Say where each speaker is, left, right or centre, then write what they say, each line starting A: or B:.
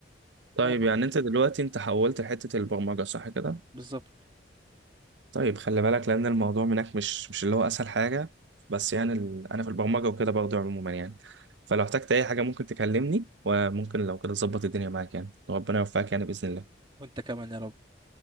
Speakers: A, on the right; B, on the right.
A: طيب
B: لا يا عم
A: يعني انت دلوقتي انت حولت لحته البرمجه صح كده
B: بالظبط
A: طيب خلي بالك لان الموضوع منك مش مش اللي هو اسهل حاجه بس يعني ال... انا في البرمجه وكده برضه عموما يعني فلو احتجت اي حاجه ممكن تكلمني وممكن لو كده تظبط الدنيا معاك يعني وربنا يوفقك يعني باذن الله
B: وانت كمان يا رب